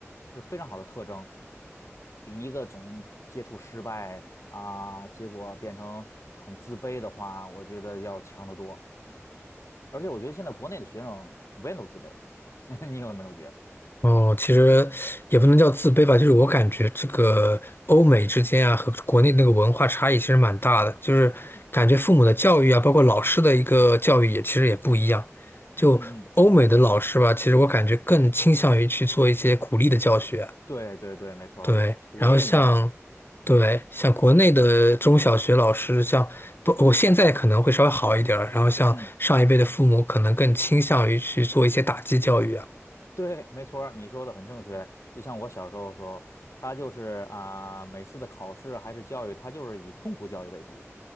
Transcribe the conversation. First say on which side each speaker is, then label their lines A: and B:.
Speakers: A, on the left (about 70°); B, on the left (about 45°).
A: 是非常好的特征，比一个总接触失败啊，结果变成很自卑的话，我觉得要强得多。而且我觉得现在国内的学生普遍都自卑，<laughs> 你有没有觉得？
B: 哦，其实也不能叫自卑吧，就是我感觉这个欧美之间啊和国内那个文化差异其实蛮大的，就是感觉父母的教育啊，
A: 嗯
B: 包括老师的一个教育也其实也不一样。就欧美的老师吧，
A: 嗯嗯嗯。
B: 其实我感觉更倾向于去做一些鼓励的教学，
A: 对对对，没错儿，
B: 对。
A: 鼓励你。
B: 然后像对像国内的中小学老师，
A: 对，
B: 像不，我现在可能会稍微好一点儿，然后像上一辈的父母可能更倾向于去做一些打击教育啊。
A: 嗯，对，没错儿，你说的很正确。就像我小时候的时候，他就是啊、每次的考试还是教育，他就是以痛苦教育为主。